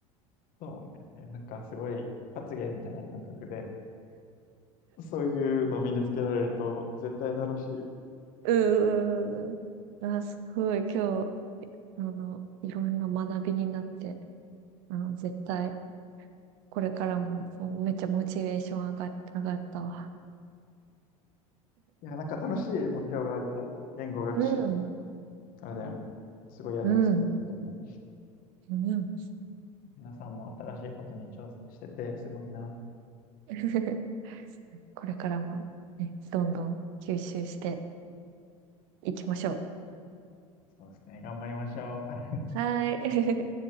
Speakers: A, on the left (about 50°); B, on the right (about 60°).
A: そうね。なんかすごい一発芸みたいな感覚で、そういうの身につけられると絶対楽しいよ。
B: うーん。あ、すごい、今日、あの、いろんな学びになって、あの、絶対、これからも、もうめっちゃモチベーション上が、上がったわ。
A: いや、なんか楽しい目標があると、言語学習も、
B: うん、
A: あれだよね。すごいやりやすくなると思う。
B: うん、うん。
A: 皆さんも新しいことに挑戦してて、すごいな。
B: <laughs> これからも、ね、どんどん吸収していきましょ
A: そうですね。頑張りましょう。
B: う。はーい。